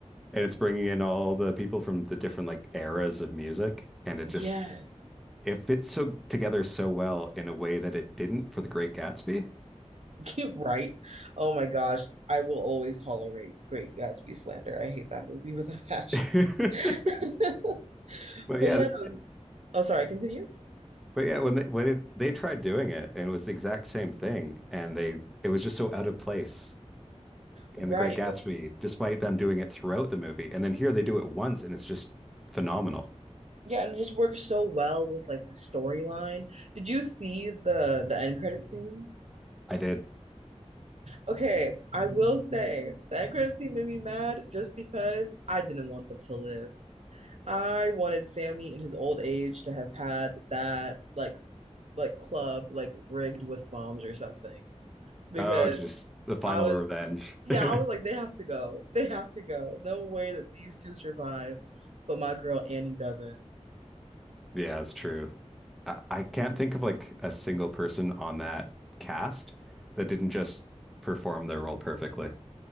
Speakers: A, in the centre; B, on the right.
A: And it's bringing in all the people from the different like eras of music, and it just
B: Yes.
A: it fits so together so well in a way that it didn't for The Great Gatsby.
B: <laughs> Right. Oh my gosh, I will always tolerate Great Gatsby slander. I hate that movie with a passion.
A: <laughs>
B: <laughs>
A: But yeah,
B: But yeah, no,
A: th-
B: oh sorry, continue.
A: but yeah, when they when it, they tried doing it, and it was the exact same thing, and they it was just so out of place in
B: Right.
A: The Great Gatsby,
B: But
A: despite them doing it throughout the movie. And then here they do it once, and it's just phenomenal.
B: yeah, and it just works so well with like the storyline. Did you see the the end credit scene?
A: I did.
B: Okay, I will say that credit scene made me mad just because I didn't want them to live. I wanted Sammy in his old age to have had that like like club like rigged with bombs or something because
A: Oh, to just the final
B: I was
A: revenge. <laughs>
B: yeah, I was like they have to go. They have to go. No way that these two survive, but my girl Annie doesn't.
A: Yeah, that's true. I, I can't think of like a single person on that cast that didn't just perform their role perfectly.